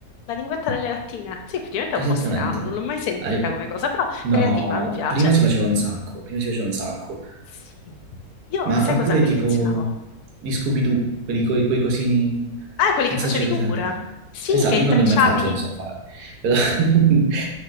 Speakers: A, on the left; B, on the right.
A: la linguetta delle lattine. Sì, effettivamente
B: esattamente.
A: è un po' strano, non l'ho mai sentita
B: Hai-
A: come cosa, però
B: No,
A: creativa, mi piace.
B: prima si faceva un sacco, prima si faceva un sacco.
A: Sì. Io,
B: Ma
A: sai
B: oppure
A: cosa collezionavo?
B: tipo gli Scooby-Doo, quelli coi, coi cosini,
A: Ah, quelli
B: non
A: che
B: so
A: facevi
B: se c'è presente.
A: tu pure? Sì,
B: Esatto,
A: che intrecciavi.
B: io non li ho mai fatti, non so fare, però... <laughs>